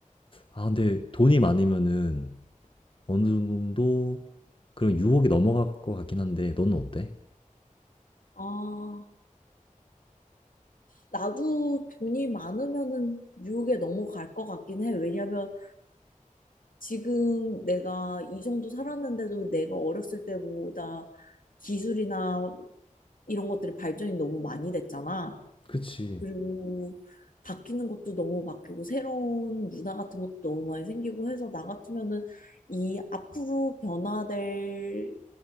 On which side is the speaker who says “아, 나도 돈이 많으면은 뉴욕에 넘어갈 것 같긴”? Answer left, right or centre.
Left